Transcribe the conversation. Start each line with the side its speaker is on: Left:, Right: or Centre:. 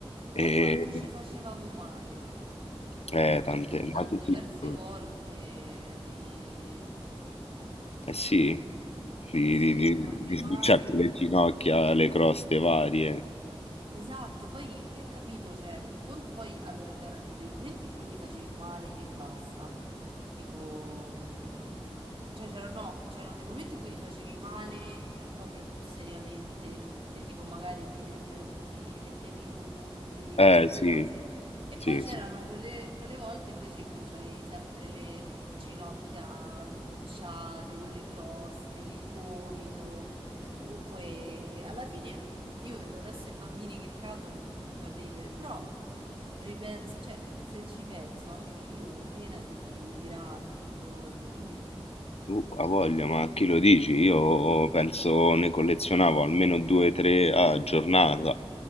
Right: Ma
Left: E,
Right: poi quanto ci facevamo male?
Left: eh,
Right: Mi
Left: tante,
Right: è capitato
Left: ma tutti...
Right: diverse
Left: Eh
Right: volte di...
Left: sì,
Right: Sì,
Left: di,
Right: sì,
Left: di, di,
Right: di farmi
Left: di
Right: male.
Left: sbucciarti le ginocchia, le croste varie.
Right: Esatto, poi eh, capito, cioè, un con- poi allora c'erano dei momenti in cui ti facevi male e basta, tipo, mh, cioè c'erano no, c'erano dei momenti in cui ti facevi male proprio più seriamente e tipo magari ti, pre- ti mettevi i punti,
Left: Eh
Right: queste
Left: sì,
Right: cose. E
Left: sì,
Right: poi c'erano
Left: sì,
Right: quelle, quelle volte invece in cui c'avevi sempre le ginocchia sbucciate con le croste, il gomito. E comunque, alla fine, io vedo adesso i bambini che cadono e mi metto a ridere, però ripenso, cioè, se ci penso, anche io ero piena di graffi, di cose, quindi
Left: Uh, ha voglia, ma chi lo dici? Io oh, penso ne collezionavo almeno due o tre a giornata,